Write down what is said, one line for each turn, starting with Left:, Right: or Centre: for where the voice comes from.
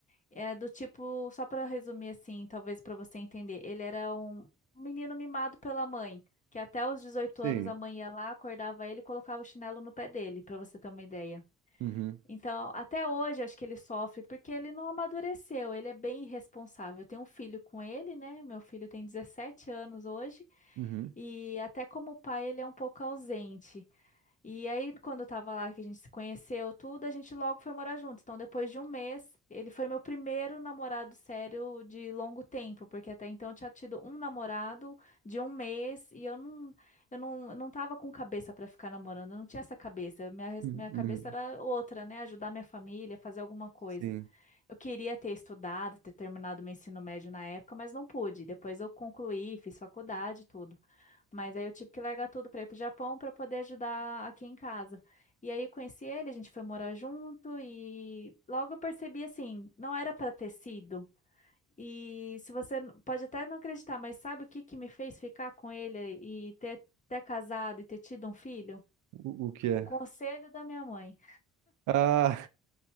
Left: É do tipo, só para resumir assim, talvez para você entender, ele era um, um menino mimado pela mãe, que até os 18
Right: Sim.
Left: anos a mãe ia lá, acordava ele e colocava o chinelo no pé dele, para você ter uma ideia.
Right: Uhum,
Left: Então, até hoje acho que ele sofre porque ele não amadureceu, ele é bem irresponsável. Eu tenho um filho com ele, né? Meu filho tem 17 anos hoje
Right: uhum,
Left: e até como pai ele é um pouco ausente. E aí, quando eu tava lá, que a gente se conheceu, tudo, a gente logo foi morar junto. Então, depois de um mês, ele foi meu primeiro namorado sério de longo tempo, porque até então eu tinha tido um namorado de um mês e eu não, eu não, eu não tava com cabeça pra ficar namorando, eu não tinha essa cabeça. Minha, res-
Right: uhum,
Left: minha cabeça
Right: uhum.
Left: era outra, né? Ajudar minha família, fazer alguma coisa.
Right: Sim.
Left: Eu queria ter estudado, ter terminado meu ensino médio na época, mas não pude. Depois eu concluí, fiz faculdade, tudo. Mas aí eu tive que largar tudo para ir pro Japão para poder ajudar aqui em casa. E aí conheci ele, a gente foi morar junto e logo eu percebi assim, não era para ter sido. E se você n- pode até não acreditar, mas sabe o que que me fez ficar com ele e ter, ter casado e ter tido um filho?
Right: O, o que é?
Left: O conselho da minha mãe.
Right: Ah,